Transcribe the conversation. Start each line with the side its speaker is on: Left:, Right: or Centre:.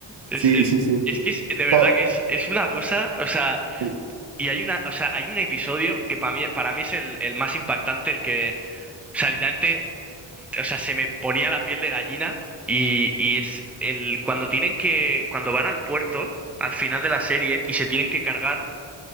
Centre: Es,
Right: Sí,
Centre: es,
Right: sí, sí,
Centre: es
Right: sí.
Centre: que es, de verdad
Right: To-
Centre: que es, es una cosa, o sea,
Right: el-
Centre: y hay una, o sea, hay un episodio que para mí, para mí es el, el más impactante, el que, o sea, literalmente, o sea, se me ponía la piel de gallina y, y es el, cuando tienen que, cuando van al puerto, al final de la serie, y se tienen que cargar